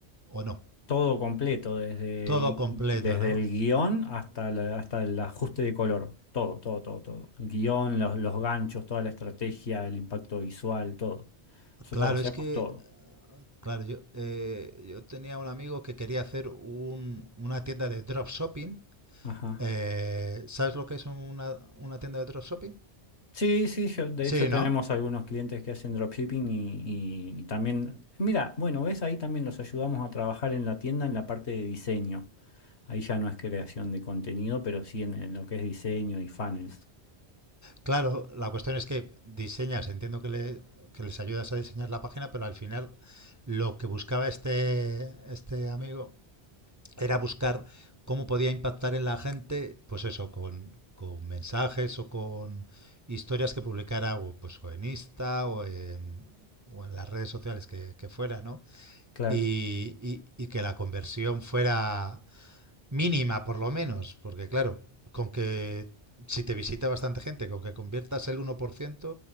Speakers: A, on the right; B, on the left.
A: o no?
B: Todo completo, desde,
A: Todo completo,
B: desde
A: ¿no?
B: el guión hasta, la- hasta el ajuste de color. Todo, todo, todo, todo. El guión, los, los ganchos, toda la estrategia, el impacto visual, todo. Nosotros
A: Claro,
B: hacemos
A: es que,
B: todo.
A: claro, yo, eh, yo tenía un amigo que quería hacer un- una tienda de dropshipping
B: Ajá.
A: Eh, ¿Sabes lo que es una, una tienda de dropshipping?
B: Sí, sí, yo- de
A: Sí,
B: hecho tenemos
A: ¿no?
B: algunos clientes que hacen dropshipping y, y- y también, mira, bueno, ves, ahí también los ayudamos a trabajar en la tienda en la parte de diseño. Ahí ya no es creación de contenido, pero sí en en lo que es diseño y funnels.
A: Claro, la cuestión es que diseñas, entiendo que, le- que les ayudas a diseñar la página, pero al final lo que buscaba este, este amigo era buscar cómo podía impactar en la gente, pues eso, con, con mensajes o con historias que publicara o, pues, o en Insta o en, o en las redes sociales que, que fuera, ¿no?
B: Claro.
A: Y, y- y que la conversión fuera Mínima, por lo menos, porque claro, con que si te visita bastante gente, con que conviertas el uno por ciento